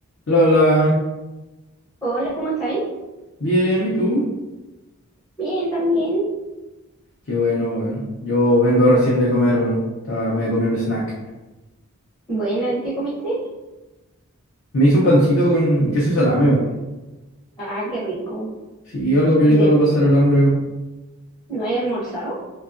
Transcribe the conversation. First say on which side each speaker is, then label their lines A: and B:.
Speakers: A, on the left; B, on the left.
A: Lola,
B: Hola, ¿cómo estáis?
A: bien, ¿y tú?
B: Bien, también.
A: Qué bueno, weón. Yo vengo recién de comer, weón. Estaba- me comí un snack.
B: Buena, ¿qué comiste?
A: Me hice un pancito con queso y salame, weón.
B: Ah, qué rico.
A: Sí, algo piolita
B: De,
A: para pasar el hambre, weón.
B: ¿no hay almorzado?